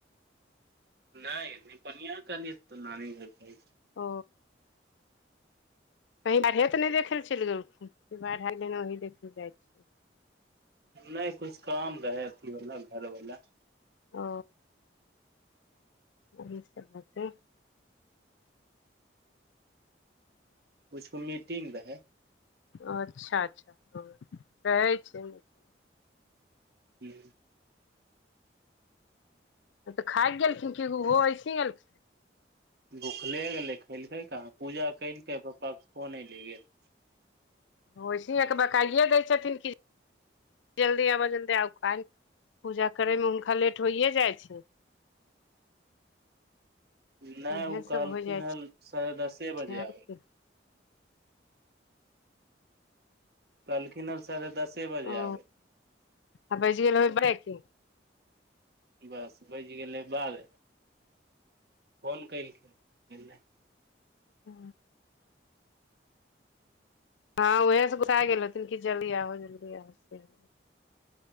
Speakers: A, on the right; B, on the left.
A: नहि नहि पनिया खालीत त नानी घर
B: ओ कहीं बाढ़े तऽ नहि देखे लेल चलि गेलखुन बाढ़ ही देखे जाइ छियै
A: नहि कुछ काम रहै अथी वालला घर वाला
B: ओ यही सब बात है
A: कुछके मीटिंग रहै
B: अच्छा अच्छा हँ रहै छै मछली
A: हूं
B: तऽ खा गेलखिन क ओहो अऐसे एलखिन
A: भुखले गेलै खेलकै कहाँ पूजा कलकै पप्पा के फोन अयले गेल
B: वइसिहेके बकइए दै छथिन कि जल्दी आबऽ जल्दी आउ क पूजा करयमे हुनका लेट होइए जाइ छै
A: नहि
B: उएह
A: ओ कहलखिन
B: सभ हो जाइ
A: ह साढ़े दसे
B: छै
A: बजे
B: आर
A: आबै
B: की
A: कहलखिन हब साढ़े दसे बजे
B: ओ
A: आबै
B: आ बेज गेल बै क
A: बस बाज गेलै बाद फोन कलखिन
B: हू हँं ऊहे से गोसा गेल हथिन कि जल्दी आहो जल्दी आहो से